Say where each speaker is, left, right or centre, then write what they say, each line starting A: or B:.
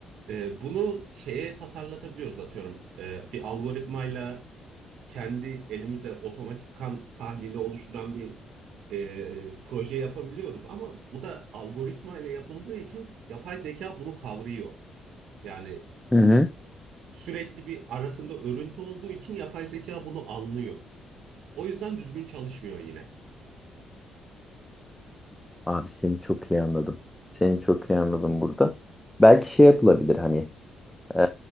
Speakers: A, on the right (about 75°); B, in the centre.
A: Ee, bunu şeye tasarlatabiliyoruz atıyorum. Ee, bir algoritmayla kendi elimizle otomatik kan tahlili oluşturan bir e, proje yapabiliyoruz. Ama bu da algoritmayla yapıldığı için yapay zeka bunu kavrıyor. Yani
B: Hı hı.
A: Sürekli bir arasında örüntü olduğu için yapay zeka bunu anlıyor. O yüzden düzgün çalışmıyor yine.
B: Abi seni çok iyi anladım. Seni çok iyi anladım burada. Belki şey yapılabilir hani Ee,